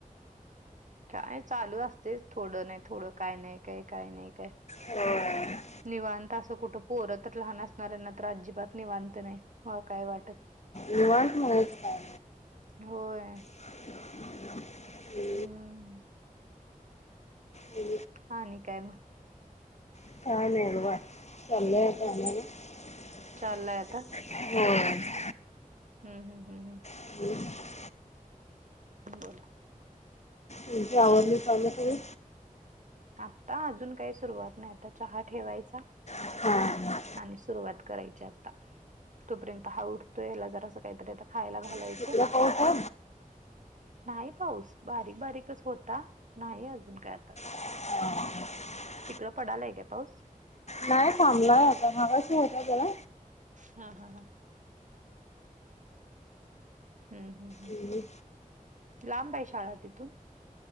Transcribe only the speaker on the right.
काय चालू असते थोडं नाही थोडं काय नाही काय काय नाही काय.
निवांत असं कुटुंब. पोरात लहान असणाऱ्यांना तर अजिबात नाही बधत नाही मला काय वाटत.
होय
हम्म
हा न काय मग
हम्म.
चाललाय आता
हम् हम हम् हम.
ब बोला.
आता अजून काय. सुरुवात नाही आता चहा ठेवायचा
आणि सुरुवात करायची आता. तोपर्यंत हा उठतो याला जर असं काहीतरी आता खायला घालायचं.
नाही पाऊस बारीक बारीकच होता नाही अजून काय आता
तिकडं पडालाय का पाऊस.
हा हा हा हम्म हम्म. हम्
लांब आहे शाळा तिथून.